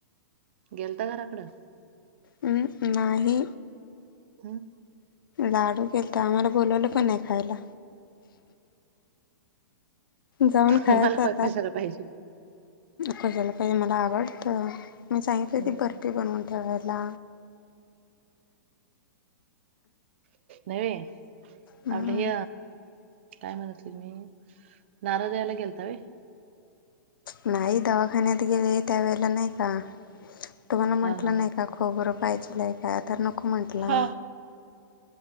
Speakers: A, on the right; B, on the left.
A: गेलता घराकडं?
B: हम्, नाही.
A: हम,
B: लाडू केलतं, आमाला बोलवल पण नाही खायला. जाऊन खायाच
A: मला प
B: आता.
A: कशाला पाहिजे
B: कशाला पाहिजे मला आवडत, मी सांगितलं
A: हम्म.
B: ती बर्फी बनवून. ठेवायला.
A: नै बाई,
B: हम्म
A: आपलं हे. काय म्हणत त् नारदला गेलतावे.
B: नाही दवाखान्यात गेले त्यावेेळेला नाही का तुम्हाला म्हटलं
A: हा हा
B: नाही
A: हा
B: का? खोबरं पाहिजेल आहे काय तर नको म्हटला.
A: हा हम्म,